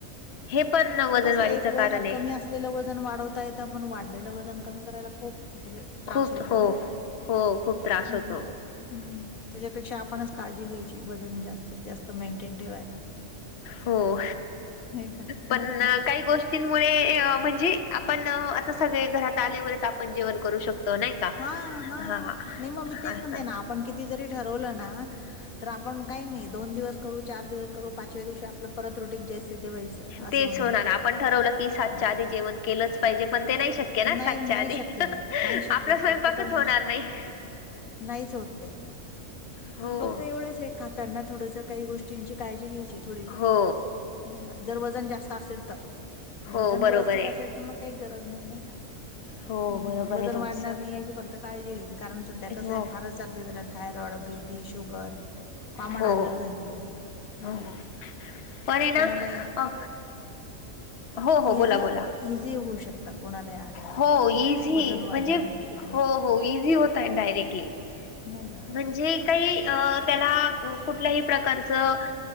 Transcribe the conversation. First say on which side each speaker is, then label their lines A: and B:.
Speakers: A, on the left; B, on the left.
A: हे पण ना वजन
B: ते कसं
A: वाढीचं
B: आहे, एक वेळेला
A: कारण आहे.
B: कमी असलेलं वजन वाढवता येत पण वाढलेलं वजन कमी करायला खूप हे त्रास
A: खूप
B: होतो
A: हो,
B: नाही का
A: हो खूप त्रास
B: हम्म
A: होतो.
B: हम्म त्याच्यापेक्षा आपणच काळजी घ्यायची वजन जास्तीत जास्त मेंटेन ठेवायला.
A: हो
B: नाही का?
A: पण
B: हं.
A: ना काही गो गोष्टींमुळे म्हणजे आपण आता सगळे घरात आल्यावरच आपण जेवण करू शकतो. नाही का?
B: हा हा
A: हां,
B: नाही मग मी तेच
A: असं.
B: म्हणते ना आपण किती जरी ठरवलं ना तर आपण काही नाही दोन दिवस करू चार दिवस करू पाचव्या दिवशी आपल रुटिंग तेच ते तेवा येशील अस
A: तेच
B: होऊन
A: होणार
B: जात
A: आपण ठरवलं की सातच्या
B: अस
A: आधी जेवण केलंच पाहिजे पण ते नाही शक्य ना सातच्या
B: नाही नाही
A: आधी
B: श नाही श
A: आपला स्वयंपाकच
B: प्रॅक्टिकल नाहीच
A: होणार
B: होत
A: नाही
B: नाहीच होत ते
A: हो
B: फक्त एवढेच एक खाताना थोडस काही गोष्टीची काळजी घ्यायची थोडीशी
A: हो
B: नाही का जर वजन जास्त असेल तर
A: हो
B: वजन
A: बरोबर
B: व्यवस्थित
A: आहे
B: असेल तर मग काही गरज नाही नाही का.
A: हो
B: हम्म
A: बरोबर
B: वजन
A: ये
B: वाढणार
A: तुमचं
B: नाही यायची फक्त काळजी घ्यायची कारण सध्या कसं
A: हो
B: ये फारच झालय thyroid B P sugar common
A: हो
B: आजार झालेले आहे ते. नाही
A: हो
B: का
A: पण आहे ना
B: कोणाला
A: अ हो हो बोला
B: इझी
A: बोला
B: इझी होऊ शकता कोणालाही आजार
A: हो
B: असे
A: इझी
B: हे वजन वाढल्यामुळे
A: म्हणजे
B: वगैरे.
A: हो हो इझी होताय डायरेक्टली
B: नाही का
A: म्हणजे काही अ त्याला कुठल्याही प्रकारचं